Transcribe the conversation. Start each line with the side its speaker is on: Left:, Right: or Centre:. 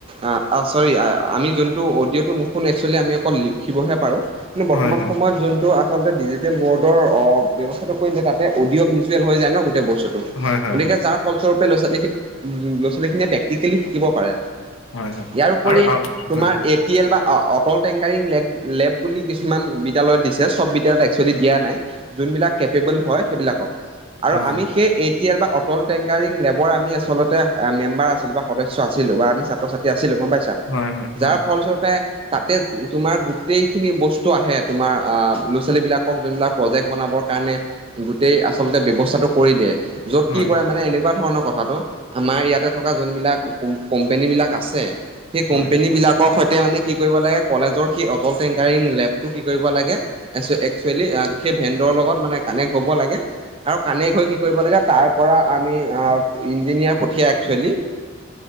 Right: অ অ চৰি আমি যোনটো অডিঅটো নুশুনোঁ একচলি আমি লিখি বহে পাৰো কিন্তু বৰ্তমান
Left: হয়
Right: সময়ত যোনটো আচলতে ডিজিটেল ৱৰ্ল্ডৰ ব্যৱস্থাটো কৰিলে তাতে অডিঅ' ভিজুৱেল হৈ যায় ন গোটেই বস্তুটো
Left: হয় হয় হয় হয়
Right: গতিকে যাৰ ফলস্বৰূপে ল'ৰা ছোৱালী' লৰা ছোৱালী খিনিয়েই পিচটিকেলি শিকিব পাৰে।
Left: হয় হয় হয়
Right: ইয়াৰ ওপৰি
Left: আৰু হয়
Right: তোমাৰ
Left: হয়
Right: এ এলটিল বা অটল টেংকাৰিং লে লেব বুলি কিছুমান বিদ্যালয় দিছে চব বিদ্যালয়ত এক্সুৱালি দিয়া নাই যোনবিলাক কেপেবল হয় সেইবিলাকত আৰু
Left: হয়
Right: আমি সেই টেল বা অটল টেংকাৰিং লেবৰ আমি আচলতে মেম্বাৰ আছিলো বা সদস্য আছিলোঁ বা আমি ছাত্ৰ ছাত্ৰী আছিলো গম পাইছা।
Left: হয় হয় হয়
Right: যাৰ ফলস্বৰূপে তাতে তোমাৰ গোটেই খিনি বস্তু আহে তোমাৰ আ ল'ৰা ছোৱালী বিলাক যোনবিলাক প্ৰজেক্ট বনাবৰ কাৰণে গোটেই আচলতে ব্যৱস্থাটো কৰি দিয়ে। য'ত
Left: হয়।
Right: কি কৰে মানে এনেকুৱা ধৰণৰ কথাটো আমাৰ ইয়াতে থকা যোনবিলাক কোম্পনী বিলাক আছে সেই কোম্পনী
Left: হয়,
Right: বিলাক সৈতে মানে কি কৰিব লাগে কলেজৰ সেই অটল টেংকাৰিং লেব টো কি কৰিব লাগে একজুৱেলি সেই ভেডৰ লগত মানে কানেক্ট হব লাগে আৰু কানেক্ট হয় কিনে কি কৰিব লাগে তাৰ পৰা আমি ইঞ্জিনিয়াৰ পঠিয়াই একচুৱেলি